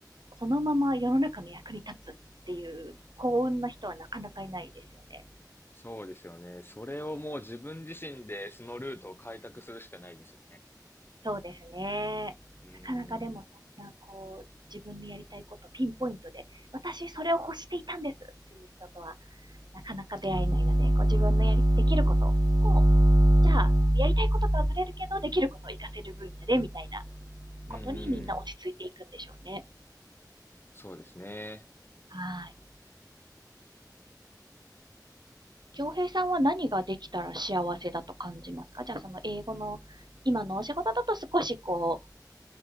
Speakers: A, on the right; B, on the left.
A: そのまま世の中の役に立つっていう幸運な人はなかなかいないですよね。
B: そうですよね。それをもう自分自身でそのルートを開拓するしかないですよね。
A: そうですね。
B: うーん。
A: なかなかでもそんなこう、
B: うん
A: 自分のやりたいことピンポイントで、私それを欲していたんですっていう人とはなかなか出会えないので、こう自分のやり、できることを、じゃあ、やりたいこととはずれるけど、できることを活かせる分野でみたいな
B: うん
A: ことにみんな落ち着いていくんでしょうね。
B: うん。そうですね。
A: はい。京平さんは何ができたら幸せだと感じますかじゃあその英語の今のお仕事だと少しこ